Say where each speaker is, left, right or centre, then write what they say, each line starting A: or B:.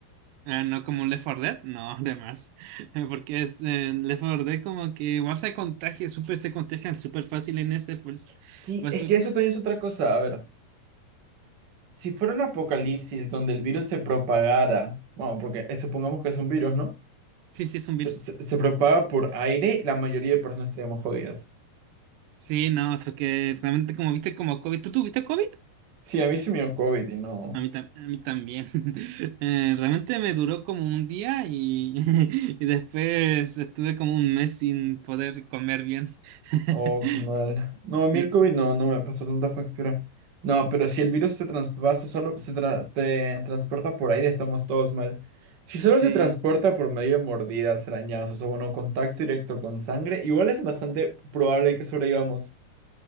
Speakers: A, on the right; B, on the right.
A: Ah, no como un Left 4 Dead, no, de más. <laughs> Porque es eh, Left 4 Dead como que igual se contagia, súper se contagian súper fácil en ese, pues,
B: Sí,
A: por
B: es
A: eso
B: que eso también es otra cosa. A ver, si fuera un apocalipsis donde el virus se propagara, bueno, porque eh, supongamos que es un virus, ¿no?
A: sí, sí es un
B: Se,
A: virus.
B: se, se propaga por aire, la mayoría de personas estaríamos jodidas.
A: Sí, no, porque realmente como viste como COVID, ¿tú tuviste COVID?
B: Sí, a mí sí me dio COVID y no.
A: A mí, tam- a mí también. <laughs> Eh, realmente me duró como un día y, <laughs> y después estuve como un mes sin poder comer bien. <laughs>
B: Oh, qué mal. No, a mí
A: Y-
B: el COVID no, no me pasó tanta factura. No, pero si el virus se traspasa solo, se tra- te transporta por aire, estamos todos mal. Si solo
A: Sí,
B: se transporta por medio de mordidas, arañazos o bueno, contacto directo con sangre, igual es bastante probable que sobrevivamos.